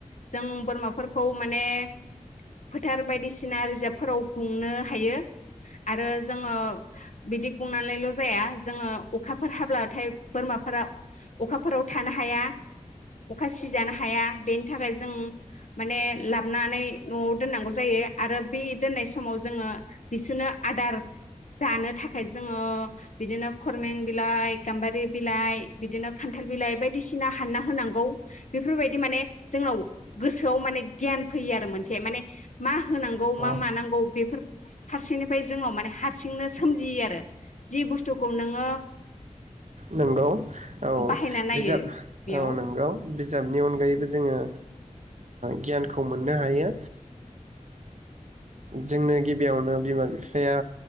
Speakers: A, on the left; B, on the right.
A: जों बोरमाफोरखौ माने फोथार बायदिसिना रिजाब्फोराव गुंनो हायो आरो जोङो बिदि गुंनानैल' जाया जोङो अखाफोर हाब्लाथाय बोरमाफोरा अखाफोराव थानो हाया अखा सिजानो हाया बेनि थाखाय जों माने लाबोनानै न'आव दोननांगौ जायो आरो बे दोननाय समाव जोङो बिसोरनो आदार जानो थाखाय जोङो बिदिनो खरमें बिलाइ गाम्बारि बिलाइ बिदिनो खान्थाल बिलाइ बायदिसिना हानना होनांगौ बेफोरबायदि माने जोंनाव गोसोआव माने गियान फैयो आरो मोनसे माने मा होनांगौ मा
B: औ
A: मानांगौ बेफोर फारसेंनिफ्राय जोङनो माने हारसिंनो सोमजियो आरो जि बुस्थुखौ नोङो
B: नोंगौ औ
A: बाहायना नायो
B: बिजाब
A: बेयाव
B: औ नंगौ बिजाबनि अनगायैबो जोङो। गियानखौ मोननो हायो जोंनो गिबियावनो बिमा बिफाया